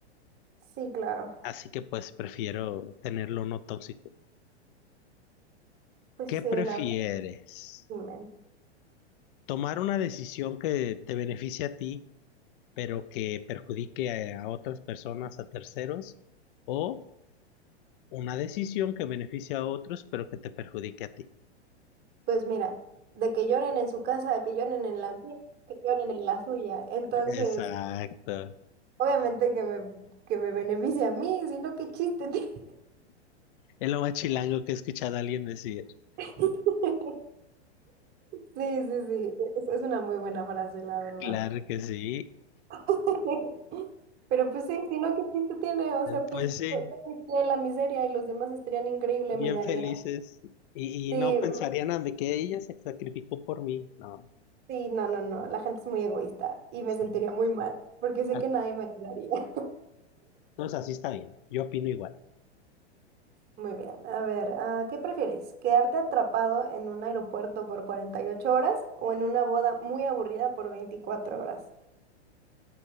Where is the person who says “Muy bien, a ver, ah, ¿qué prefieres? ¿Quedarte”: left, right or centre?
Right